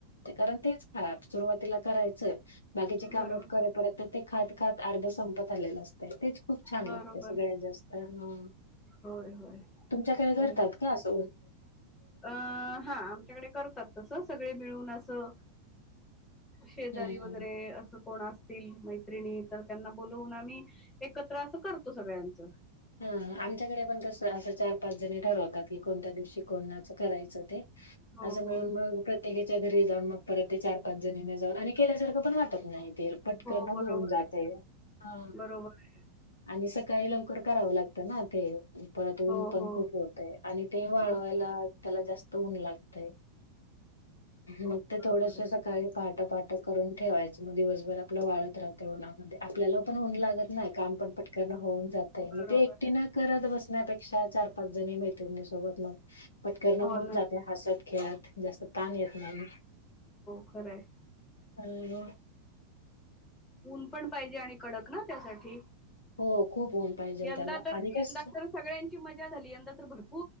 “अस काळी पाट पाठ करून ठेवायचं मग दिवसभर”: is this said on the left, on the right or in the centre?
Left